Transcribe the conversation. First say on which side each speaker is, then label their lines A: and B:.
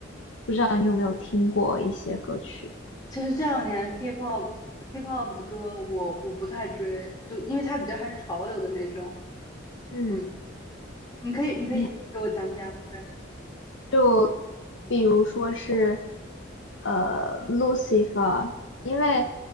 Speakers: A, on the left; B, on the left.
A: 不知道你有没有听过一些歌曲？
B: 其实这两年 K-pop K-pop 的歌我我不太追，就因为它比较还是潮流的那种。
A: 嗯。
B: 嗯，你可以你可以给我讲讲，
A: 你。
B: 对。
A: 就比如说是呃，Lucifer，因为